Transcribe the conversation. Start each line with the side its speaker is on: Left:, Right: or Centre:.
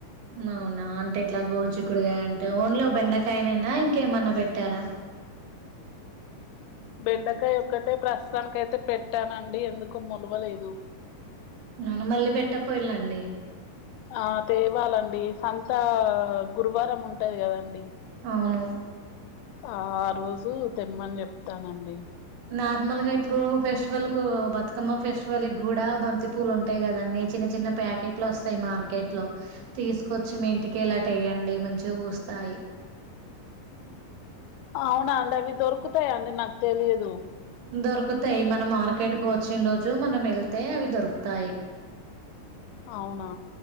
Right: నవునా అంటే ఇట్లా గోడు చిక్కుడుకాయ అంటే ఓన్లీ ఓ బెండకాయనైనా ఇంకేమన్నా పెట్టారా
Left: బెండకాయ ఒక్కటే ప్రస్తుతానికైతే పెట్టానండి ఎందుకో మొలవ లేదు
Right: నాన మళ్ళీ పెట్టపోయిలండి
Left: ఆ తేవాలండి సంత గురువారం ఉంటది కదండి
Right: అవును
Left: ఆ రోజు తెమ్మని చెప్తానండి
Right: నార్మల్ గా ఇప్పుడు ఫెస్టివల్ కు బతుకమ్మ ఫెస్టివల్ కి కూడా బంతి పూలు ఉంటాయి కదండి చిన్న చిన్న ప్యాకెట్లు వస్తాయి మార్కెట్ లో తీసుకొచ్చి మీ ఇంటికెలి అటుఎయండి మంచిగా పుస్తాయ్
Left: అవునా అండి అవి దొరుకుతాయ అండి నాకు తెలియదు
Right: దొరుకుతాయి మన మార్కెట్ కు వచ్చిన రోజు మనం వెళ్తే అవి దొరుకుతాయి
Left: అవునా